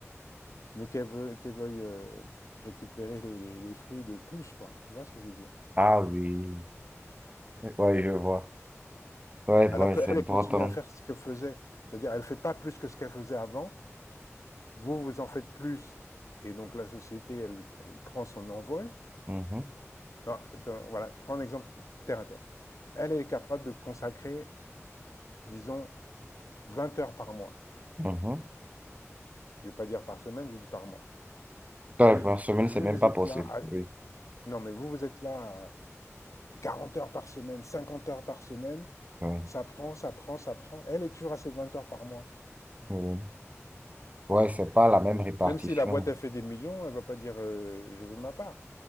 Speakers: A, on the left (about 80°); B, on the right (about 30°).
A: mais qu'elle veuille, qu'elle veuille euh, récupérer les, les- les fruits de plus, quoi. Tu vois ce que je veux dire?
B: Ah oui, ouais, je vois. Ouais,
A: Alors
B: ouais,
A: qu'elle,
B: c'est important.
A: elle continue à faire ce qu'elle faisait. C'est-à-dire, elle fait pas plus que ce qu'elle faisait avant. Vous, vous en faites plus. Et donc, la société, elle, elle prend son envol.
B: Mhm,
A: Non, attends, voilà, je prends un exemple terre à terre. Elle, elle est capable de consacrer, disons, 20 heures par mois.
B: mhm.
A: Je ne vais pas dire par semaine, je dis par mois.
B: Ouais,
A: Et
B: par semaine,
A: vous,
B: c'est même
A: vous
B: pas
A: êtes
B: possible.
A: là à-
B: Oui,
A: non, mais vous, vous êtes là à 40 heures par semaine, 50 heures par semaine.
B: oui,
A: Ça prend, ça prend, ça prend. Elle est toujours à ses 20 heures par mois.
B: oui. Ouais, c'est pas la même répartition.
A: Même si la boîte a fait des millions, elle va pas dire euh, je veux ma part.